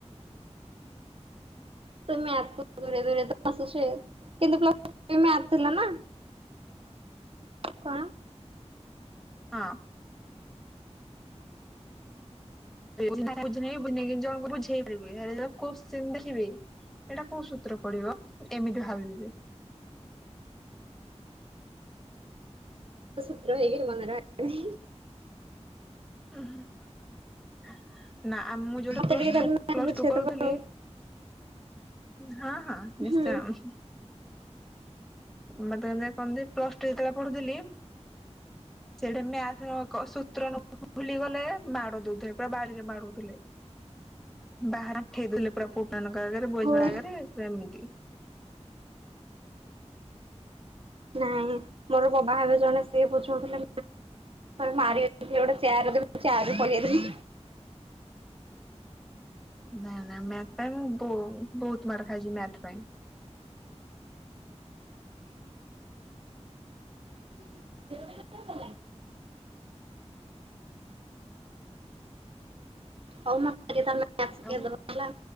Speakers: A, on the right; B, in the centre.
A: ତୁମେ ଆଖୁ ଦୂରେ ଦୂରେ ଆସିଛୁ କିନ୍ତୁ ମ୍ୟଥ <inaudible> ଥିଲା ନା କଣ
B: ହଁ <inaudible> ବୁଝ ବୁଝୁଣ ବୁଝେଇ ପାରିବି କ ଦେଖିବି ଏଇଟା କୋଉ ସୂତ୍ର ପଡିବ ଏମିତି ଭାବିବି
A: ସୂତ୍ର ହେରିକା ମନେ ରୁହେନି
B: ଉ ହୁଁ ନା ମୁଁ ଯୋଉଠି
A: ମତେ
B: ପ୍ଲସ
A: ଟିକେ ତାହେଲେ
B: ଥୁ
A: ମ୍ୟାଥ
B: ପ୍ଲସ
A: ବୁଝେଇ
B: ଟୁ କରୁଥିଲି
A: ଦବ ଆଉ
B: ହଁ ହଁ ନିଶ୍ଚୟ
A: ହୁଁ
B: ମୋତେ ଏମତି କହନ୍ତି ପ୍ଲସ୍ ଟୁ ଯେତେବେଳେ ପଢୁଥିଲି। ସେଠି ମ୍ୟାଥ ମୋ କ- ସୂତ୍ର ନ- ଭୁଲି ଗଲେ ମାଡ ଦଉଥିଲେ ପୁରା ବାଡିରେ ବାଡ଼ଉଥିଲେ। ବାହାରେ ଆଣ୍ଠେଇ ଦେଲେ ପୁରା ପୁଅମାନଙ୍କ ଆଗରେ ବଏଜ୍
A: ହଉ
B: ମାନ ଆଗରେ ପୁରା ଏମିତି।
A: ନାଇଁ ମୋର କ- ବାହା ହେବେ ଜଣେ ସିଏ ବୁଝଉଥିଲେ <inaudible> ମାରି <inaudible> କିଏ ଗୋଟେ ଚିଆର ଦେବି ମୁଁ ଚିଆରରୁ ପଡ଼ିଯାଇଥିଲି।
B: ନା ନା ମ୍ୟାଥ୍ ପାଇଁ ମୁଁ ବଉ ବହୁତ ମାଡ ଖାଇଛି ମ୍ୟାଥ୍ ପାଇଁ।
A: <inaudible> ହଉ ମୁଁ <inaudible> କିଏ
B: ଆଉ
A: ଦବ? ହେଲା